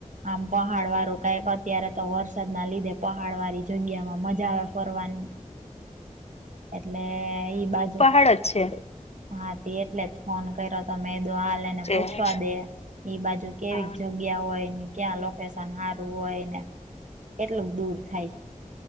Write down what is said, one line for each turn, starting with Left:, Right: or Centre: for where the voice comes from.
Right: આમદા હાડવા રોકાયલા અત્યારે તો વરસાદ ના લીધે પહાડ વાળી જગ્યા માં મજા આવે ફરવાની. એટલે ઈ બાજુ
Left: ખાડો જ છે.
Right: હા તી એટલે જ ફોન કર્યો તો મે કીધું હાલ એને
Left: છે
Right: પૂછવા
Left: જે
Right: દે ઈ બાજુ કેવી
Left: હા
Right: જગ જગ્યા હોય ક્યાં લોકેશન સારું હોયને કેટલું દૂર થાય.